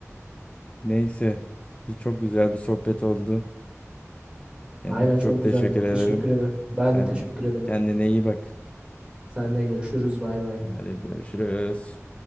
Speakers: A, on the left; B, on the right.
A: Neyse. Çok güzel bir sohbet oldu. Yani
B: Aynen
A: çok
B: çok
A: teşekkür
B: güzeldi.
A: ederim.
B: Teşekkür ederim. Ben
A: Sen
B: de teşekkür
A: de.
B: ederim.
A: Kendine iyi bak.
B: Seninle görüşürüz. Bay bay.
A: Hadi görüşürüz.